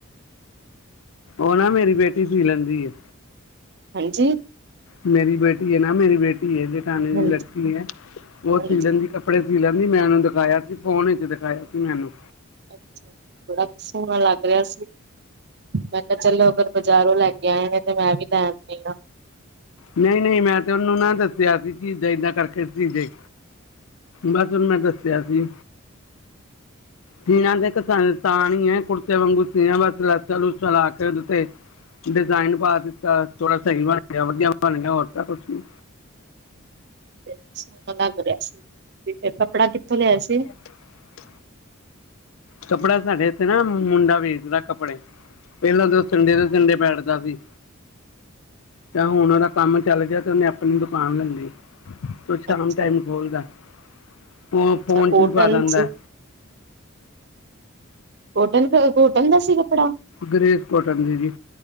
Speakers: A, on the left; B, on the right.
A: ਓ ਨਾ ਮੇਰੀ ਬੇਟੀ ਸੀ ਲੈਂਦੀ ਏ।
B: ਹਾਂਜੀ।
A: ਮੇਰੀ ਬੇਟੀ ਏਨਾ, ਮੇਰੀ ਬੇਟੀ ਏ ਜੇਠਾਨੀ ਦੀ
B: ਹਾਂਜੀ
A: ਲੜਕੀ ਏ ਓ
B: ਹਾਂਜੀ
A: ਸੀ ਲੈਦੀ ਏ ਕੱਪੜੇ। ਕੱਪੜੇ ਸੀ ਲੈਂਦੀ, ਮੈਂ ਓਨੂੰ ਦਿਖਾਇਆ ਸੀ ਫੋਨ 'ਚ ਦਿਖਾਇਆ ਸੀ ਮੈ ਓਨੂੰ।
B: ਅੱਛਾ, ਬੜਾ ਸੋਣਾ ਲੱਗ ਰਿਹਾ ਸੀ। ਮੈਂ ਕਯਾ ਚਲੋ ਅਗਰ ਬਾਜ਼ਾਰੋਂ ਲੈ ਕੇ ਆਏ ਨੇ ਤੇ ਮੈਂ ਵੀ ਲੈ ਆਨੀ ਆ।
A: ਨਈ-ਨਈ, ਮੈਂ ਤੇ ਓਨੂੰ ਨਾ ਦੱਸਿਆ ਸੀ ਕਿ ਏਦਾਂ ਏਦਾਂ ਕਰਕੇ ਸੀ ਦੇ। ਬਸ ਓਨੂੰ ਮੈਂ ਦੱਸਿਆ ਸੀ ਸੀਨਾ ਤੇ <unintelligible> ਤਾਂ ਣੀ ਹੈ ਕੁੜਤੇ ਵਾਂਗੂ ਸੀਨਾ ਬਸ ਲੈਸਾਂ ਲੂਸਾਂ ਲਾ ਕੇ ਓਦੇ ਤੇ। ਡਿਜ਼ਾਇਨ ਪਾ ਦਿੱਤਾ, ਥੋੜਾ ਸਈ ਬਣ ਗਿਆ, ਵਧੀਆ ਬਣ ਗਿਆ ਹੋਰ ਤਾਂ ਕੁਛ ਨੀ।
B: <unintelligible> ਸੋਨਾ ਲੱਗ ਰਿਹਾ ਸੀ ਨੀ ਫਿਰ ਕੱਪੜਾ ਕਿੱਥੋਂ ਲਿਆਏ ਸੀ?
A: <inaudible> ਕੱਪੜਾ ਸਾਡੇ ਇੱਥੇ ਨਾ, ਮੁੰਡਾ ਵੇਚਦਾ ਕੱਪੜੇ ਪਹਿਲਾਂ ਤਾਂ ਉਹ ਸੰਡੇਂ ਦੇ ਸੰਡੇਂ ਬੈਠਦਾ ਸੀ ਤੇ ਹੁਣ ਉਹਦਾ ਕੰਮ ਚੱਲ ਗਿਆ ਤੇ ਉਹਨੇ ਆਪਣੀ ਦੁਕਾਨ ਲੱਲੀ। ਉਹ ਸ਼ਾਮ
B: ਅੱਛਾ-ਅੱਛਾ
A: ਟਾਈਮ ਈ ਖੋਲਦਾ, ਉਹ ਫ਼ੋਨ
B: ਕੋਟਨ
A: 'ਚ ਵੀ ਪਾ ਦਿੰਦਾ
B: ਸੀ। ਕੋਟਨ ਤੇ ਕੋਟਨ ਦਾ ਸੀ ਕੱਪੜਾ?
A: ਗ੍ਰੇਸ ਕੋਟਨ ਦੀ ਜੀ